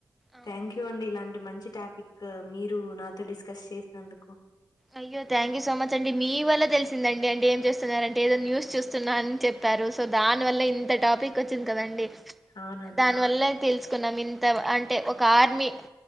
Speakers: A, in the centre; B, on the left.
A: ఆ
B: థ్యాంక్
A: అవునండి
B: యూ అండి ఇలాంటి మంచి టాపిక్ మీరు నాతో డిస్కస్ చేసినందుకు
A: అయ్యో థ్యాంక్ యూ సో మచ్ అండి మీ వల్ల తెలిసిందండి అంటే ఏం చేస్తున్నార అంటే ఏదో న్యూస్ చూస్తున్నా అని చెప్ ప్పారు సో దాని వల్ల ఇంత టాపిక్ వచ్చింది కదండి
B: అవునండి
A: దానివల్ల తెలుసుకున్నాం ఇంత అంటే ఒక ఆర్మీ